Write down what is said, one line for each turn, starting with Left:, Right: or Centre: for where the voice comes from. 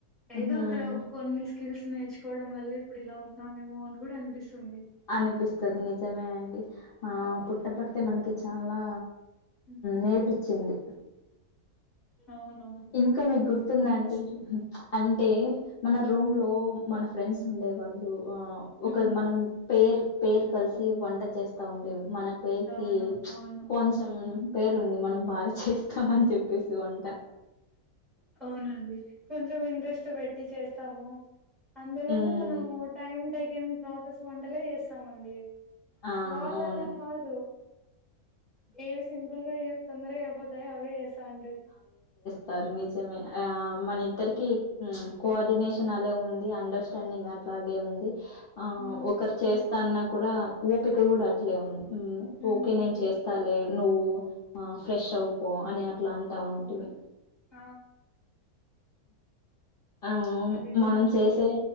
Centre: ఏదో
Left: హ్మ్.
Centre: అక్కడ కొన్నిస్ స్కిల్స్ నేర్చుకోవడం వల్ల ఇప్పుడు ఇలా ఉన్నామేమో అని కూడా అనిపిస్తుంది.
Left: అనిపిస్తది నిజమే అండి ఆ
Centre: అవును
Left: పుట్ట పర్తి మనకి చాలా
Centre: హ్మ్
Left: నేర్పిచ్చింది
Centre: అవునవును
Left: ఇంకా మీకు గుర్తుదా
Centre: ఇన్స్ట్
Left: అండి అంటే మన రూమ్ లో మన ఫ్రెండ్స్ ఉండేవాళ్ళు ఆ
Centre: హ్మ్
Left: ఒక మనం పేర్ పేర్ కలిసి వంట చేస్తా ఉండే మనం పేర్కి
Centre: అవును అవును
Left: కొంచెం పేరు ఉంది మనం బాగా చేస్ చేస్తామని చెప్పేసి వంట
Centre: అవునండి కొంచెం ఇంట్రెస్ట్ పెట్టి చేస్తాము. అందులోను
Left: మ్
Centre: మనము టైమ్ టెకెన్ ప్రాసెస్ వంటలే చేస్తామండి.
Left: ఆ
Centre: వాళ్ళలా
Left: అవును
Centre: కాదు ఏవి సింపుల్ గా ఏవి తొందరగా అయిపోతాయో అవే చేస్తామండి.
Left: తరు నిజమే ఆ మన ఇద్దరికి చ్ కోఆర్డినేషన్ అలే ఉంది అండర్స్టాండింగ్ అట్లాగే ఉంది ఆ
Centre: ఉమ్
Left: ఒకరు చేస్ స్తా అన్న కూడా ఓపిక కూడా అట్లే ఉంది హ్మ్
Centre: ఉమ్
Left: ఓకే నేన్ చేస్ స్తాలే నువ్వు ఆ ఫ్రెష్ అవుపో అని అట్లా అంటా ఉంటిమి
Centre: ఆ
Left: ఆమ్
Centre: అది కూడా
Left: మనం చేసే